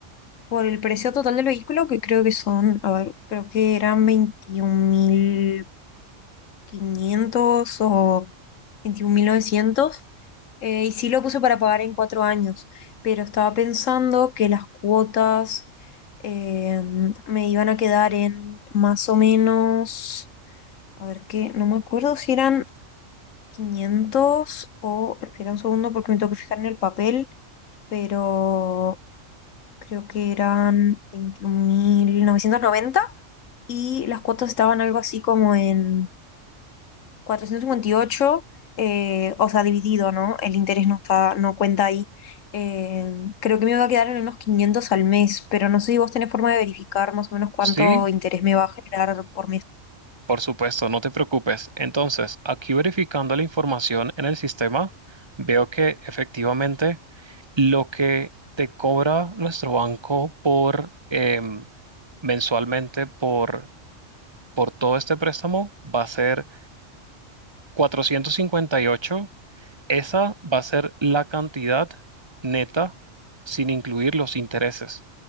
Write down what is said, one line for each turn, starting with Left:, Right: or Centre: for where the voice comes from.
Left: por el precio total del vehículo, que creo que son, a ver, creo que eran veintiún mil quinientos o 21.900. eh, y sí lo puse para pagar en cuatro años, pero estaba pensando que las cuotas eh, me iban a quedar en más o menos, a ver qué, no me acuerdo si eran 500 o, espera un segundo porque me tengo que fijar en el papel, pero creo que eran 21.990 y las cuotas estaban algo así como en 458, eh, o sea, dividido, ¿no? El interés no está, no cuenta ahí. Eh, creo que me va a quedar en unos 500 al mes, pero no sé si vos tenés forma de verificar más o menos cuánto
Right: Sí,
Left: interés me va a generar por mes.
Right: por supuesto, no te preocupes. Entonces, aquí verificando la información en el sistema, veo que efectivamente lo que te cobra nuestro banco por em, mensualmente por, por todo este préstamo va a ser cuatrocientos cincuenta y ocho Esa va a ser la cantidad neta sin incluir los intereses,